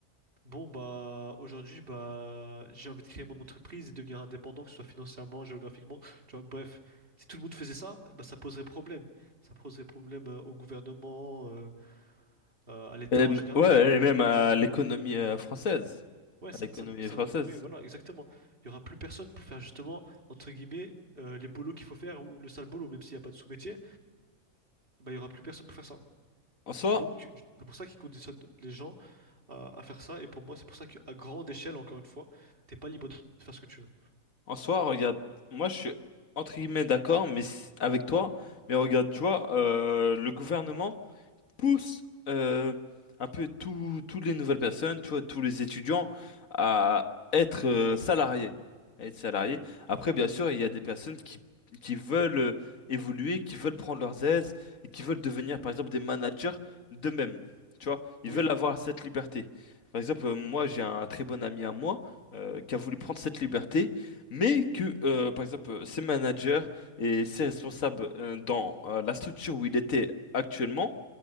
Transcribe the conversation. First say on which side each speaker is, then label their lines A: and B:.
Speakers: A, on the right; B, on the left.
A: bon, bah, aujourd'hui, bah, j'ai envie de créer mon entreprise et devenir indépendant, que ce soit financièrement, géographiquement, tu vois, bref. Si tout le monde faisait ça, bah, ça poserait problème. Ça poserait problème euh, au gouvernement, euh, euh, à l'État
B: Et, m-
A: en général,
B: ouais,
A: tu vois.
B: et
A: ça
B: même
A: poserait
B: à
A: problème.
B: l'économie euh, française.
A: Ouais,
B: À
A: ça,
B: l'économie
A: ça, ça-
B: française.
A: oui, voilà, exactement. Il y aura plus personne pour faire justement, entre guillemets, euh, les bolos qu'il faut faire ou le sale boulot, même s'il n'y a pas de sous-métier, bah, il y aura plus personne pour faire ça.
B: En soi,
A: Donc, c'est pour ça qu'ils conditionnent les gens à, à faire ça. Et pour moi, c'est pour ça qu'à grande échelle, encore une fois, t'es pas libre de faire ce que tu veux.
B: en soi, regarde, moi je suis entre guillemets d'accord, mais s- avec toi, mais regarde, tu vois, euh, le gouvernement. pousse euh, un peu tout- toutes les nouvelles personnes, tu vois, tous les étudiants à être euh, salariés, à être salariés. Après, bien sûr, il y a des personnes qui, qui veulent euh, évoluer, qui veulent prendre leurs aises et qui veulent devenir, par exemple, des managers d'eux-mêmes. Tu vois, ils
A: Oui,
B: veulent avoir cette liberté. Par exemple, euh, moi, j'ai un très bon ami à moi euh, qui a voulu prendre cette liberté, mais que, euh, par exemple, euh, ses managers et ses responsables euh, dans euh, la structure où il était actuellement